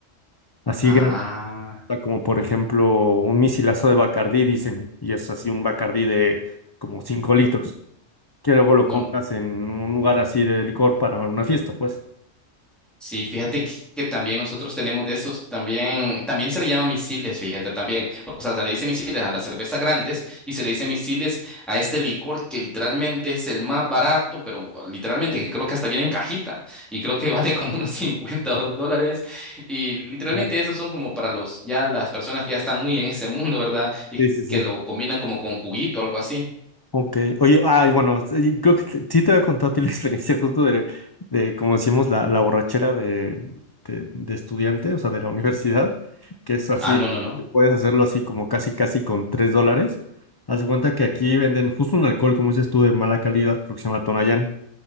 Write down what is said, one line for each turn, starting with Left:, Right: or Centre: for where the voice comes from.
Left: así
Centre: Ah,
Left: grandes, o sea, como por ejemplo un misilazo de Bacardí, dicen, y es así un Bacardí de como 5 litros, que luego lo
Centre: no.
Left: compras en un lugar así de licor para una fiesta, pues.
Centre: Sí, fíjate que que también nosotros tenemos de esos, también, también se le llama misiles, fíjate, también. O sea, se le dice misiles a las cervezas grandes y se le dice misiles a este licor que literalmente es el más barato, pero literalmente que creo que hasta viene en cajita y creo que <laughs> vale como unos 50 o 2 dólares. Y literalmente
Left: Claro.
Centre: esos son como para los, ya las personas que ya están muy en ese mundo, ¿verdad? Y
Left: Sí, sí, sí.
Centre: que lo combinan como con juguito o algo así.
Left: Ok, oye, ay, bueno, sí, creo que te- sí te había contado a ti la <laughs> experiencia justo de, de como decimos, la, la borrachera de, de, de estudiante, o sea, de la universidad, que es así,
Centre: Ah, no, no, no.
Left: que puedes hacerlo así como casi, casi con tres dólares. Haz de cuenta que aquí venden justo un alcohol, como dices tú, de mala calidad, porque se llama Tonayán,